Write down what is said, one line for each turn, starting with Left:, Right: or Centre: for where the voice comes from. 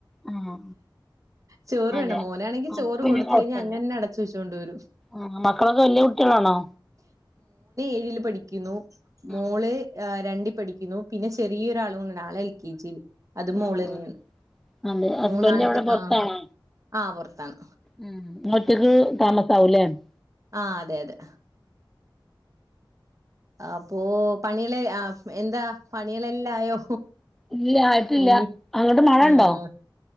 Centre: ആഹ്
Right: ചോറ്
Centre: അതെ
Right: വേണ്ട
Centre: അപ്പംപിന്നേ
Right: മോനാണെങ്കിൽ ചോറ് കൊടുത്ത്
Centre: കുഴപ്പല്ല
Right: കഴിഞ്ഞാ അങ്ങനെ തന്നെ അടച്ച് വെച്ചോണ്ട് വരും
Centre: ആഹ് മക്കളോ വല്യ കുട്ടികളാണോ
Right: <unintelligible> പഠിക്കുന്നു മോള്
Centre: ആഹ്
Right: <unintelligible> രണ്ടിൽ പഠിക്കുന്നു പിന്നെ ചെറിയൊരാളും ആളെ എൽ കെ ജിയിൽ അത് മോള്
Centre: ആഹ്
Right: തന്നെയാണ്
Centre: ആഹ് അതെ ഹസ്ബൻഡ്
Right: മൂന്നാളുണ്ട്
Centre: എവിടെ പുറത്താണോ
Right: ആഹ് ആഹ് പുറത്താണ്
Centre: ആഹ് നിങ്ങ ഒറ്റക്ക് താമ <unintelligible>
Right: ആഹ് അതെയതെ അപ്പോ പണികള് ആഹ് എന്താ പണികളെല്ലായോ
Centre: ഇല്ല ആയിട്ടില്ല
Right: എനി
Centre: അങ്ങോട്ട് മഴ
Right: ആഹ്
Centre: ഉണ്ടോ?